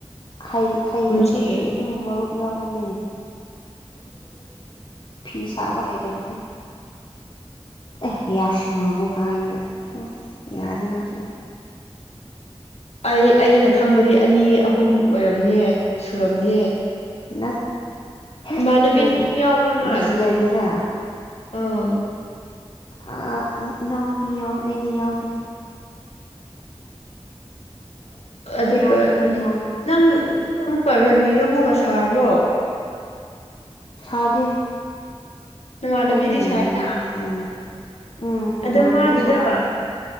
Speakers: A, on the left; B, on the left.
A: ꯍꯩ ꯍꯩꯇꯕꯒꯤ
B: ꯁꯤꯌꯦ
A: ꯑꯗꯨꯝ ꯃꯔꯨꯞ ꯌꯥꯎꯕꯅꯤꯅꯦ꯫ ꯐꯤ ꯁꯥꯕ ꯍꯩꯇꯕꯗꯣ꯫ ꯑꯦ ꯌꯥ ꯁꯨꯔꯕꯣ ꯀꯥꯏꯅ ꯌꯥꯔꯦ ꯅꯪꯁꯨ
B: ꯑꯩ ꯑꯩꯅ ꯈꯪꯕꯗꯤ ꯑꯅꯤ ꯑꯍꯨꯝ ꯑꯣꯏꯔꯝꯅꯤꯌꯦ ꯁꯨꯔꯝꯅꯦꯍꯦ꯫
A: ꯅꯠ ꯍꯦ
B: ꯏꯃꯥꯟꯅꯕꯤꯗꯨ
A: ꯎꯝ
B: ꯌꯥꯎꯕ꯭ꯔꯥ ꯅꯣꯏ
A: ꯗꯤꯁ ꯌꯔꯒꯤꯔꯥ
B: ꯑꯝ꯫
A: ꯑ ꯏꯅꯥꯎꯅꯨꯄꯤ ꯌꯥꯎꯋꯦ ꯑꯩꯗꯤ ꯌꯥꯎꯗꯦ꯫
B: ꯑꯗꯨꯒ
A: ꯏꯅꯥꯎꯅꯨꯄꯤ ꯌꯥꯎꯋꯦ
B: ꯅꯪ ꯑꯃꯨꯛꯀ ꯔꯥꯅꯤꯗ ꯑꯃꯨꯛꯀ ꯁꯥꯕ꯭ꯔꯣ
A: ꯁꯥꯗꯦ
B: ꯅꯃꯥꯟꯅꯕꯤꯗꯤ
A: ꯑꯩꯒꯤ ꯂꯩꯔꯤꯗꯨꯅ
B: ꯁꯥꯏꯅ
A: ꯈꯔꯅꯤ ꯎꯝ
B: ꯑꯗ
A: ꯃꯥꯟꯕꯤ
B: ꯃꯥꯒꯤꯗꯣ
A: ꯁꯥꯥꯕꯅꯦ